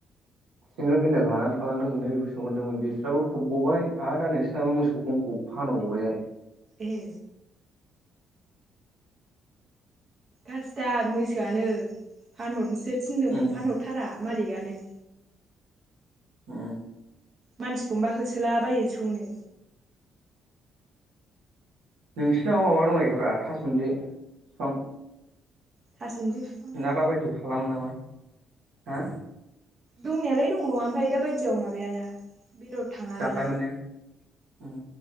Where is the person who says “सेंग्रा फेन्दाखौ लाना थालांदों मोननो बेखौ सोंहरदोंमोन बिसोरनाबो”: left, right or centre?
Right